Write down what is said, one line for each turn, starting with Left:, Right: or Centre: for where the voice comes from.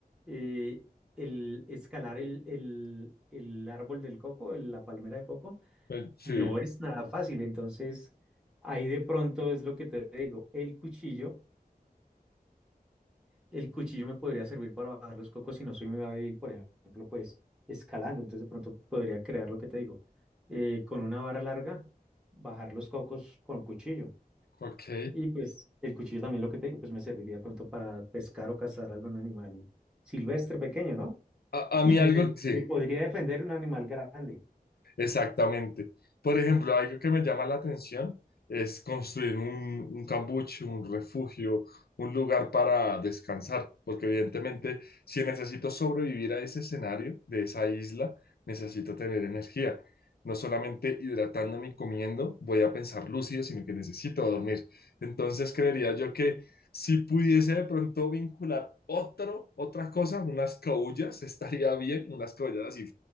Centre: eh, el escalar el, el, el árbol del coco, el- la palmera de coco,
Left: Eh, Sí,
Centre: no es nada fácil. Entonces, ahí de pronto es lo que te digo, el cuchillo el cuchillo me podría servir para bajar los cocos si no soy muy hábil, por ejemplo, pues escalando. Entonces de pronto podría crear lo que te digo, eh, con una vara larga, bajar los cocos con el cuchillo.
Left: ok.
Centre: Y pues el cuchillo también lo que te digo, pues me serviría de pronto para pescar o cazar algún animal silvestre pequeño, ¿no?
Left: A, a
Centre: Y
Left: mí
Centre: me,
Left: algo, sí.
Centre: me podría defender un animal grande.
Left: Exactamente. Por ejemplo, algo que me llama la atención es construir un, un cambuche, un refugio, un lugar para descansar, porque evidentemente si necesito sobrevivir a ese escenario de esa isla, necesito tener energía. No solamente hidratándome y comiendo voy a pensar lúcido, sino que necesito dormir. Entonces creería yo que si pudiese de pronto vincular otro, otra cosa, unas caullas, <laughs> estaría bien, unas caullas así